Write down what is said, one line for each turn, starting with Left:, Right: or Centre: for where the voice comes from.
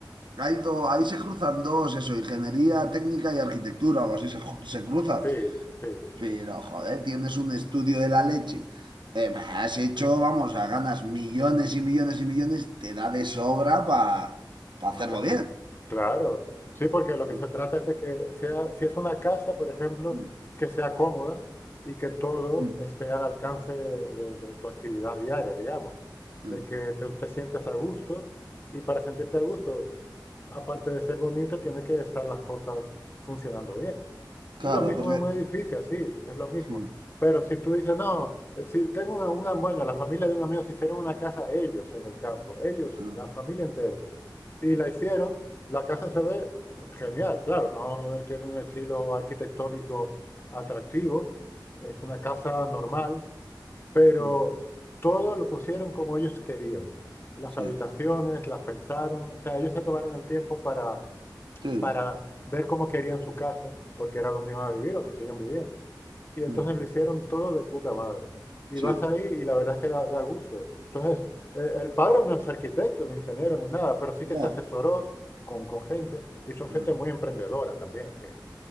Right: hay dos, ahí se cruzan dos, eso, ingeniería técnica y arquitectura, algo así se, ju- se cruzan.
Left: Sí, sí.
Right: Pero, joder, tienes un estudio de la leche. Eh, bah, has hecho, vamos, a ganas millones y millones y millones, te da de sobra para hacerlo
Left: Madre.
Right: bien.
Left: Claro. Sí, porque lo
Right: Mm,
Left: que se trata es de que sea, si es una casa, por ejemplo,
Right: mm,
Left: que sea cómoda y que todo
Right: mm,
Left: esté al alcance de, de tu actividad diaria, digamos. De
Right: mm.
Left: que te, te sientas a gusto y para sentirte a gusto, aparte de ser bonito, tiene que estar las cosas funcionando bien.
Right: Claro,
Left: Y Lo mismo
Right: porque...
Left: en un edificio, así, es lo mismo.
Right: mm,
Left: Pero si tú dices, no, si tengo una, una- bueno, la familia de un amigo se hicieron una casa ellos en el campo, ellos,
Right: mm,
Left: la familia entera, y
Right: mm,
Left: la hicieron, la casa se ve genial, claro, no tiene un estilo arquitectónico atractivo, es una casa normal, pero
Right: mm,
Left: todo lo pusieron como ellos querían. Las
Right: Sí.
Left: habitaciones, las pensaron, o sea, ellos se tomaron el tiempo para,
Right: Sí,
Left: para ver cómo querían su casa, porque era donde iban a vivir, donde siguen viviendo. Y entonces
Right: mm,
Left: lo hicieron todo de puta madre. Y
Right: sí,
Left: vas ahí y la verdad es que da, da gusto. Entonces, eh, el padre no es arquitecto, ni ingeniero, ni nada, pero sí
Right: no.
Left: que se asesoró con, con gente y son gente
Right: mm,
Left: muy emprendedora también, que,